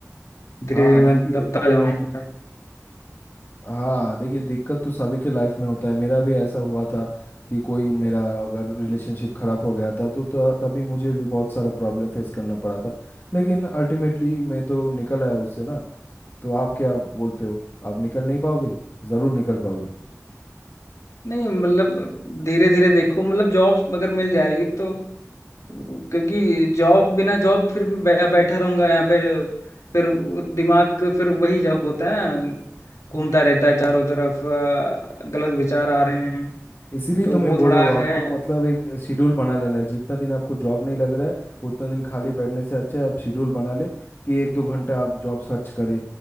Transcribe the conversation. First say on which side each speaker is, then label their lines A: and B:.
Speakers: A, on the left (about 70°); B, on the left (about 45°).
A: धीरे
B: हाँ
A: धीरे मैं
B: देखिए
A: दबता जाऊंगा यार
B: हाँ देखिए दिक्कत तो सभी के लाइफ में होता है मेरा भी ऐसा हुआ था कि कोई मेरा अगर रिलेशनशिप खराब हो गया था तो, तो तभी मुझे भी बहुत सारा प्रॉब्लम फेस करना पड़ा था लेकिन अल्टीमेटली मैं तो निकल आया उससे ना तो आप क्या बोलते हो आप निकल नहीं पाओगे जरूर निकल पाओगे
A: नहीं मतलब धीरे धीरे देखो मतलब जॉब्स अगर मिल जाएगी तो क्योंकि जॉब बिना जॉब फिर बै- बैठा रहूंगा यहाँ पे फिर वो दिमाग का फिर वही जब होता है ना, घूमता रहता है चारों तरफ अ, गलत विचार आ रहे हैं
B: इसीलिए
A: तो
B: तो मैं
A: वो
B: बोल
A: थोड़ा
B: रहा हूँ
A: है
B: आपको मतलब एक शेड्यूल बना लेना है जितना दिन आपको जॉब नहीं लग रहा है उतना दिन खाली बैठने से अच्छा है आप शेड्यूल बना ले कि एक दो घंटा आप जॉब सर्च करें